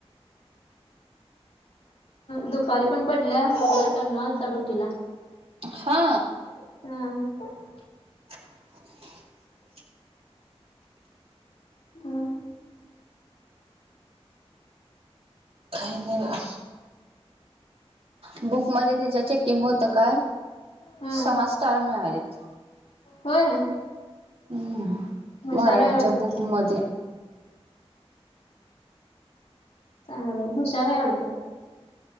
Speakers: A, on the left; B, on the right.
A: दुपारी पण पडल्या बरा टन न आलता डोकीला
B: हा
A: हा
B: <inaudible>
A: हम्म,
B: काय नाही बघा. बुकमध्ये त्याच्या चेकिंग होत काय?
A: हम्म.
B: सहा स्टार मिळालेत.
A: होय.
B: हम्
A: हुशार
B: मराठीच्या
A: आहे वाटतं
B: बुकमध्ये.
A: ह हुशारा आहे आवडतं.